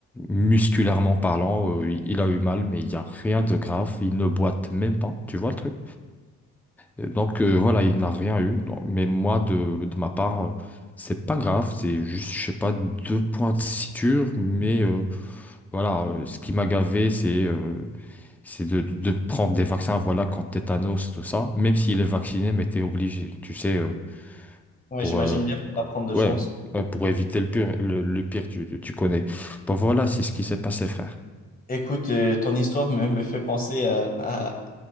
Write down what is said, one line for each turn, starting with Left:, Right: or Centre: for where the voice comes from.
Centre: musculairement parlant, euh, il a eu mal, mais il n'y a rien de grave. Il ne boite même pas, tu vois le truc? Et donc euh, voilà, il n'a rien eu. Donc, mais moi, de, de ma part, euh, c'est pas grave, c'est juste, je sais pas, deux points de suture, mais euh, voilà, euh, ce qui m'a gavé, c'est euh, c'est de, de prendre des vaccins, voilà, contre tétanos, tout ça. Même s'il est vacciné, mais t'es obligé, tu sais, euh,
Left: Ouais,
Centre: pour,
Left: j'imagine
Centre: euh,
Left: bien pas prendre de
Centre: Ouais,
Left: chance.
Centre: ouais, pour éviter le pire, le, le pire, tu, tu, tu connais. Bon, voilà, c'est ce qui s'est passé, frère.
Left: Écoute, euh, ton histoire me, me fait penser à, à,